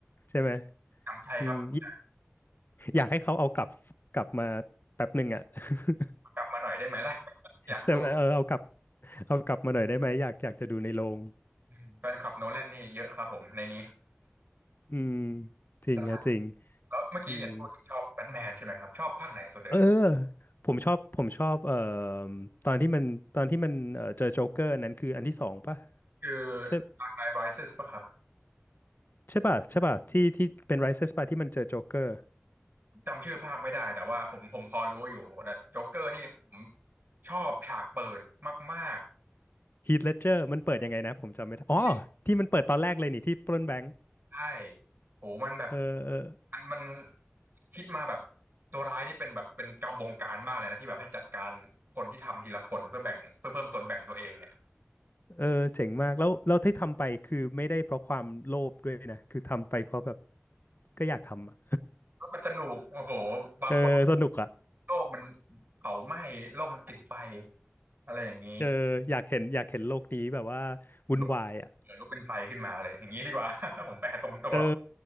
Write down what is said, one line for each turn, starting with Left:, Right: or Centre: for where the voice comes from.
Left: ใช่ไหม
Right: หนำใจครับหนำใจ
Left: อืม อยากให้เขาเอากลับกลับมาแป๊บหนึ่งอ่ะ <laughs>
Right: กลับมาหน่อยได้ไหมล่ะ <laughs> อยากดู
Left: ใช่ไหมเออเอากลับเอากลับมาหน่อยได้ไหมอยากอยากจะดูในโรง
Right: อืมแฟนคลับโนแลนนี่เยอะครับผมในนี้
Left: อืมจริงฮะจริง
Right: <laughs> ใช่ แล้วเมื่อกี้เห็นพูดถึงชอบแบทแมนใช่ไหมครับชอบภาคไหนสุดเลย
Left: อืมเออผมชอบผมชอบเอ่อตอนที่มันตอนที่มันเอ่อเจอโจ๊กเกอร์นั้นคืออันที่สองป่ะ
Right: คือ
Left: ใช่
Right: Dark Knight Rises ป่ะครับ
Left: ใช่ป่ะใช่ป่ะที่ที่เป็น Rises ป่ะที่มันเจอโจ๊กเกอร์
Right: ผมจำชื่อภาคไม่ได้แต่ว่าผมผมพอรู้อยู่แต่โจ๊กเกอร์นี่ผมชอบฉากเปิดมาก
Left: h ีทเลดเจอร์มันเปิดยังไงนะผมจำไม่ได้อ๋อที่มันเปิดตอนแรกเลยนี่ที่ปล้นแบงก์
Right: ๆที่ใช่โหมันแบบ
Left: เออเออ
Right: มันมันคิดมาแบบตัวร้ายนี่เป็นแบบเป็นจอมบงการมากเลยนะที่แบบให้จัดการคนที่ทำทีละคนเพื่อแบ่งเพื่อเพิ่มส่วนแบ่งตัวเองเนี่ย
Left: เออเจ๋งมากแล้วเร้วที่ทำไปคือไม่ได้เพราะความโลภด้วยนะคือทำไปเพราะแบบก็อยากทำอะ
Right: แล้วมันสนุกโอ้โหบางคน
Left: เออสนุกอ่ะ
Right: โลกมันเผาไหม้โลกมันติดไฟอะไรอย่างนี้
Left: เอออยากเห็นอยากเห็นโลกนี้แบบว่าวุ่นวายอ่ะ
Right: ลุกเออลุกเป็นไฟขึ้นมาเลยอย่างนี้ดีกว่า <laughs> ผมแปลตรงตัว
Left: เออ